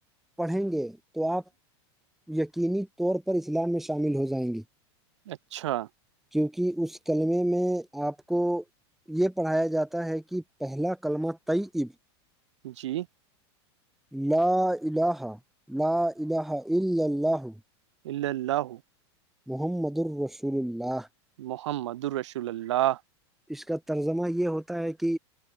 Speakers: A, in the centre; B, on the right (about 85°).
A: پڑھیں گے تو آپ یقینی طور پر اسلام میں شامل ہو جائیں گے
B: اچھا
A: کیونکہ اس کلمے میں آپ کو یہ پڑھایا جاتا ہے کہ پہلا کلمہ طئی اب
B: جی
A: لا ال لا ال ال
B: الل ل ہو
A: محمد الرسول اللہ
B: محمد الرس اللہ
A: اس کا ترجمہ یہ ہوتا ہے کہ